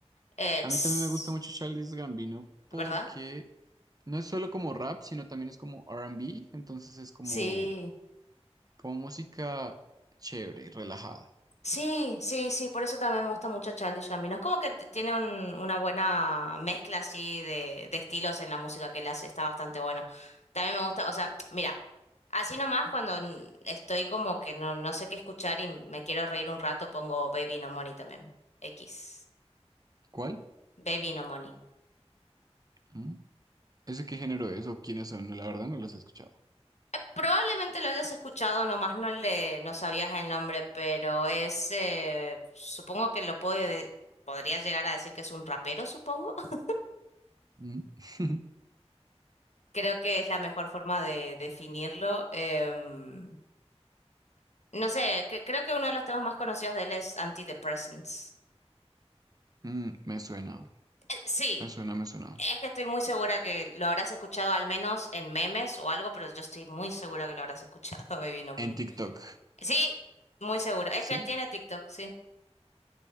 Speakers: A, on the left; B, on the right.
A: It's,
B: A mí también me gusta mucho Childish Gambino porque
A: ¿verdad?
B: no es solo como rap, sino también es como R and B entonces es como,
A: Sí,
B: como música chévere y relajada.
A: sí, sí, sí, por eso también me gusta mucho Childish Gambino. Es como que t- tiene un- una buena mezcla así de, de estilos en la música que él hace, está bastante bueno. También me gusta, o sea, mira, así nomás cuando n- estoy como que no, no sé qué escuchar y me quiero reír un rato, pongo Baby No Money también. X.
B: ¿Cuál?
A: Baby No Money.
B: ¿Mm? ¿Ese qué género es o quiénes son? No, La verdad no los he escuchado.
A: Probablemente lo hayas escuchado, nomás no le, no sabías el nombre, pero es, eh, supongo que lo puede, podrías llegar a decir que es un rapero, supongo. <laughs>
B: Mm. <laughs>
A: Creo que es la mejor forma de definirlo. Em, no sé, cre- creo que uno de los temas más conocidos de él es Antidepressants.
B: Mm, me suena.
A: Eh, Sí,
B: Me suena, me suena.
A: es que estoy muy segura que lo habrás escuchado al menos en memes o algo, pero yo estoy muy segura que lo habrás escuchado, <laughs> Baby No Money.
B: En TikTok.
A: Sí, muy segura.
B: Sí,
A: Es que él tiene TikTok, sí.